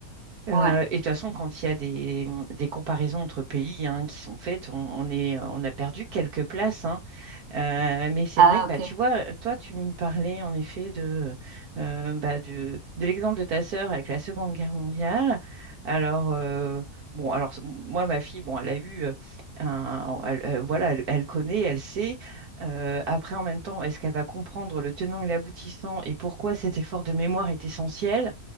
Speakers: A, on the right; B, on the right.
A: Euh,
B: ouais.
A: et de toute façon, quand il y a des, des comparaisons entre pays hein, qui sont faites, on, on est, on a perdu quelques places hein. Euh, mais c'est
B: Ah,
A: vrai que
B: ok.
A: bah, tu vois, euh, toi, tu me parlais en effet de, euh, bah, de, de l'exemple de ta sœur avec la Seconde Guerre mondiale. Alors, euh, bon, alors s- moi, ma fille, bon, elle a eu, euh, un, elle- elle- voilà, elle, elle connaît, elle sait. Euh, après, en même temps, est-ce qu'elle va comprendre le tenant et l'aboutissant et pourquoi cet effort de mémoire est essentiel?